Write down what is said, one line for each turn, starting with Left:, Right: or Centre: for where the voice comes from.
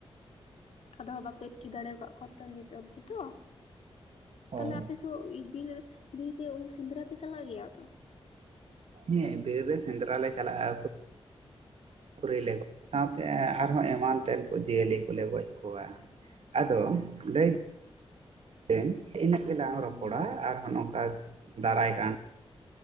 Left: ᱟᱫᱚ ᱦᱟᱸᱜ ᱵᱟᱠᱚ ᱟᱛᱠᱤᱨ ᱫᱟᱲᱮ ᱟᱠᱟᱫ ᱠᱚᱣᱟ ᱛᱚ ᱱᱤᱛ ᱚᱵᱫᱤ ᱫᱚ
Right: ᱦᱳᱭ
Left: ᱛᱟᱦᱞᱮ ᱟᱯᱮ <unintelligible> ᱵᱤᱨ ᱵᱤᱨ ᱨᱮ ᱥᱮᱸᱫᱽᱨᱟ ᱯᱮ ᱪᱟᱞᱟᱜ ᱜᱮᱭᱟ ᱛᱚ
Right: ᱦᱮᱸ ᱵᱮᱨ ᱨᱮ ᱥᱮᱸᱫᱽᱨᱟ ᱞᱮ ᱪᱟᱞᱟᱜᱼᱟ ᱥᱩᱠᱷᱨᱤᱞᱮ ᱜᱚᱡ ᱥᱟᱶᱛᱮ ᱟᱨᱦᱚᱸ ᱮᱢᱟᱱ ᱛᱮᱱ ᱠᱚ
Left: ᱟᱪᱪᱷᱟ
Right: ᱡᱤᱭᱟᱹᱞᱤ ᱠᱚᱞᱮ ᱜᱚᱡ ᱠᱚᱣᱟ ᱠᱚᱣᱟ ᱟᱫᱚ ᱞᱟᱹᱭ <unintelligible> ᱤᱱᱟᱹᱜ ᱜᱮᱞᱟᱝ ᱨᱚᱯᱚᱲᱟ
Left: ᱦᱩᱸ
Right: ᱟᱨᱦᱚ ᱱᱚᱝᱠᱟ ᱫᱟᱨᱟᱭ ᱠᱟᱱ